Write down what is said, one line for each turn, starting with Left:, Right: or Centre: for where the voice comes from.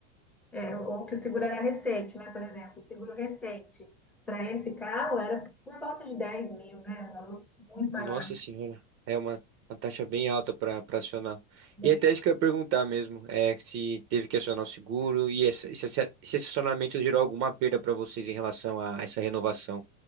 Centre: é, ou que o seguro era recente, né, por exemplo, o seguro recente, para esse carro era por volta de dez mil, né, um valor muito maior,
Right: Nossa senhora, é uma, uma taxa bem alta para para acionar.
Centre: bem
Right: E é até isso que eu ia perguntar mesmo, é se teve que acionar o seguro e esse, esse, esse acionamento gerou alguma perda para vocês em relação a essa renovação.